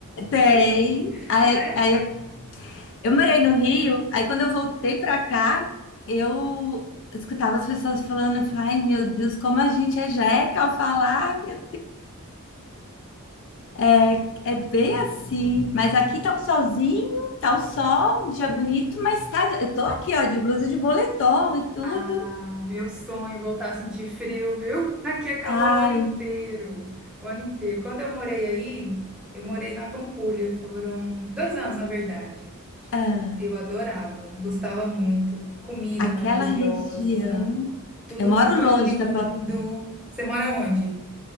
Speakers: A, on the left; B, in the centre.
A: Tem.
B: <laughs>
A: Aí,
B: né?
A: aí, eu morei no Rio, aí quando eu voltei pra cá, eu escutava as pessoas falando, eu falei, ai meu Deus, como a gente é jeca ao falar, meu É, é bem assim, mas aqui tá um solzinho, tá o sol, um dia bonito, mas tá, eu tô aqui, ó, de blusa e de boletom e tudo.
B: Ah, meu sonho é voltar a sentir frio, viu? <laughs> Aqui é calor
A: Ai,
B: o ano inteiro, o ano inteiro. Quando eu morei aí, eu morei na Pampulha, foram dois anos, na verdade.
A: ah,
B: Eu adorava, gostava muito. Comida
A: aquela
B: maravilhosa,
A: região.
B: tudo
A: Eu moro
B: muito
A: longe
B: lindo.
A: da Paulista.
B: Você mora onde?